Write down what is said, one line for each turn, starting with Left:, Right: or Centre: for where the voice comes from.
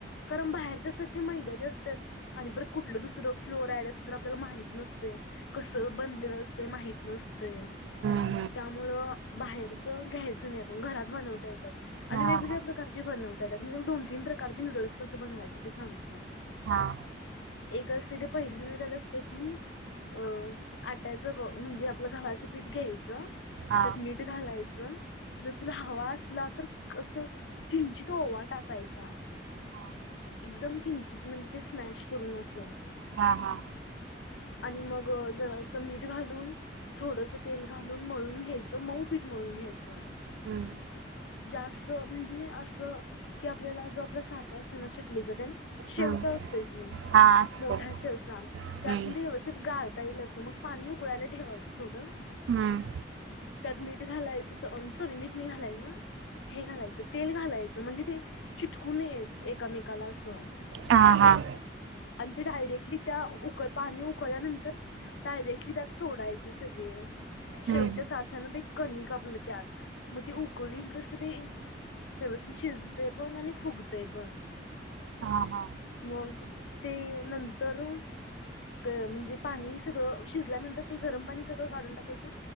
Left: कारण बाहेरच्या सगळं मैंदयच असतात आणि परत कुठलं दुसरं फ्लोराईड असलं तर आपल्याला माहित नसतं. कस बनलेलं असत माहित नसते.
Right: हां
Left: त्यामुळं बाहेरच घ्यायचं नाही आपण घरात बनवता येतात. आणि
Right: हां
Left: वेगवेगळ्या
Right: हां
Left: प्रकारचे बनवता त्या म दोन तीन प्रकारचे नूडल्स कसं बनवायचं ते सांगतो.
Right: हा
Left: एक असते ते पहिलं त्याल असते ती <unintelligible> अ आट्याचं म्हणजे आपलं घव्हाचं पीठ घ्यायचं
Right: हा
Left: त्यात मीठ घालायचं. जर तुला हवा असला तर कस किंचित ओवा टाकायचा.
Right: हा
Left: एकदम किंचित म्हणजे ते स्मॅश करून अस.
Right: हा हा
Left: आणि मग जरा असं मीठ घालून थोडस तेल घालून. मळून घ्यायचं मऊ पीठ मळून घ्यायचं.
Right: हम्म
Left: जास्त म्हणजे असं की आपल्याला ज आपला साचा असतो ना चकलीचा तेन शेवचा
Right: हम्म
Left: असतोय्.
Right: हा असते
Left: मोठा शेवच
Right: हम्म
Left: त्यातून ते व्यवस्थित गाठ ईल अस मग पाणी उकळायला ठेवायचं थोडं.
Right: हम्म
Left: त्यात मीठ घालायचं सॉरी मीठ नाही घालायचं. हे घालायचं तेल घालायचं म्हणजे ते चिटकूनेत एकामेकाला असं.
Right: हां हां
Left: आणि ते डायरेक्टली त्या उक पाणी उकळल्यानंतर डायरेक्टली त्यात सोडायचं सगळे. शेवच्या
Right: हम्म
Left: सासांना ते कणी कापलं त्यात मग ते उकळील तस ते व्यवस्थित शिजते पण आणि फुगते पण
Right: हा हा
Left: मग ते नंतर म्हणजे पाणी सगळं शिजल्यानंतर ते गरम पाणी सगळं काढून टाक